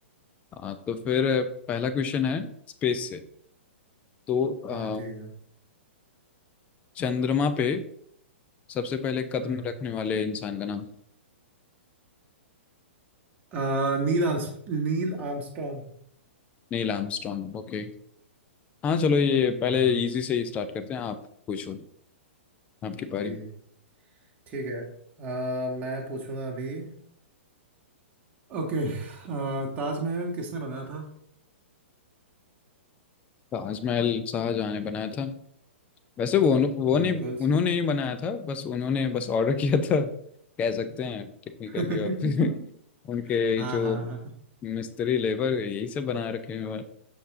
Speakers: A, on the left (about 20°); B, on the right (about 25°).
A: अ, तो फिर अ, पहला क्वेश्चन है स्पेस से तो अ,
B: हाँ ठीक है
A: चंद्रमा पे सबसे पहले कदम
B: हम्म
A: रखने वाले इंसान का नाम
B: आ, नील आर्म्स नील आर्मस्ट्रॉन्ग
A: Neil Armstrong okay हाँ चलो ये पहले
B: हाँ
A: इजी से ही स्टार्ट करते हैं आप पूछो आपकी
B: जी
A: पारी
B: जी ठीक है आ, मैं पूछूंगा अभी ओके आ, ताजमहल किसने बनाया था
A: ताजमहल शाहजहाँ ने बनाया था वैसे वो वो
B: बिल्कुल
A: नहीं उन्होंने
B: सही
A: ही बनाया था बस उन्होंने बस ऑर्डर किया था कह सकते हैं टेक्निकली
B: <laughs>
A: और फिर <laughs> उनके
B: हाँ
A: जो
B: हाँ हाँ
A: मिस्त्री लेबर यही सब बना रखे हैं और